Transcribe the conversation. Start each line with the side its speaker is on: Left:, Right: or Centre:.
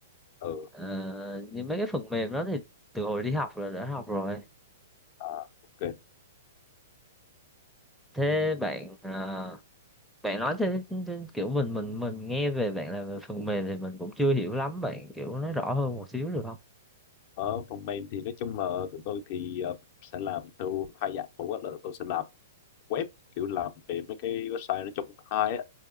Left: ừ.
Centre: ờ, như mấy cái phần mềm đó thì từ hồi đi học là đã học rồi
Left: À, ok
Centre: thế bạn à, bạn nói thế, thế kiểu mình mình mình nghe về bạn làm về phần mềm thì mình cũng chưa hiểu lắm bạn kiểu nói rõ hơn một xíu được không
Left: ở phần mềm thì nói chung là tụi tôi thì ờ, sẽ làm theo hai dạng một á là tôi sẽ làm web kiểu làm về mấy cái website nói chung hai á